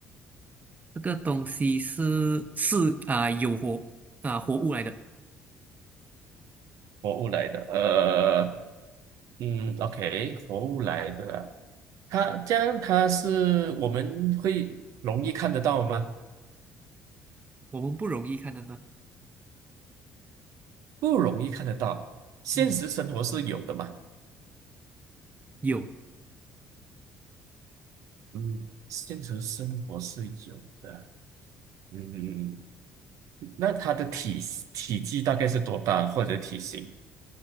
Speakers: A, on the right; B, on the right.
A: 这个东西是是啊、有活啊、活物来的，
B: 活物来的，呃，嗯，OK，活物来的啊它这样它是我们会容易看得到吗？
A: 我们不容易看得到。
B: 不容易看得到，现实生活是有的嘛，
A: 嗯，有
B: 嗯，现实生活是有的，嗯，那它的体体积大概是多大或者体型？